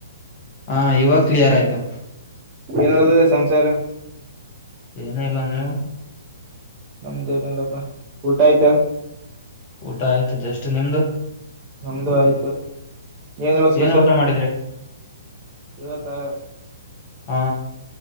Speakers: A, on the left; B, on the right.
A: ಹಾ ಇವಾಗ ಕ್ಲಿಯರ್ ಆಯ್ತು
B: ಏನ ಸಂಸಾರ
A: ಏನ ಇಲ್ಲ ನೀವು
B: ನಮ್ದೇಏನಿಲ್ಲಪ್ಪ ಊಟ ಆಯ್ತಾ
A: ಊಟ ಆಯ್ತ ಜಷ್ಟಟ್ ನಿಮ್ದು
B: ನಮ್ದು ಆಯ್ತು ಏನಿವ ಸ್ಪೆಷಲ್
A: ಏನು ಊಟ ಮಾಡಿದ್ರಿ
B: ಇವತ್ತಾ
A: ಹಾ